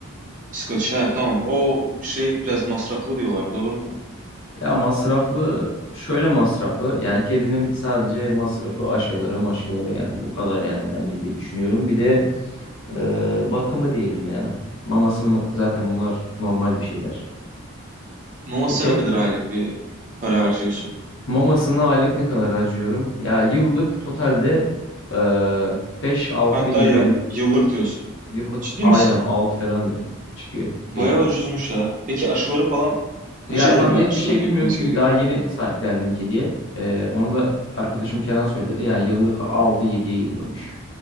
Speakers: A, on the right; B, on the left.
A: İskoç, ha, tamam. O şey biraz masraflı diyorlar, doğru mu?
B: Ya masraflı şöyle masraflı. Yani kedinin sadece masrafı aşıları maşıları yani bu kadar yani bence diye düşünüyorum. Bir de e, bakımı diyelim ya. Maması mı- zaten bunlar normal bir şeyler.
A: Novas'a
B: E, çok
A: ne kadar aylık bir para harcıyorsun?
B: Mamasına aylık ne kadar harcıyorum? Ya yıllık totalde eee 5-6
A: Hatta
B: bin
A: yıl-
B: lira.
A: yıllık diyorsun.
B: Yıllık
A: Ciddi
B: aynen
A: misin?
B: 6 falan diyor, çıkıyor
A: Bayağı
B: diyebiliyorum.
A: ucuzmuş ya. Peki aşıları falan kaç
B: Ya
A: ayda
B: tam
A: bir
B: net
A: aşılar
B: bir şey
A: yapılması
B: bilmiyorum çünkü
A: gerekiyor?
B: daha yeni sahiplendim kediye. Eee, onu da arkadaşım Kenan söyledi. Yani yıllık altı yediye geliyormuş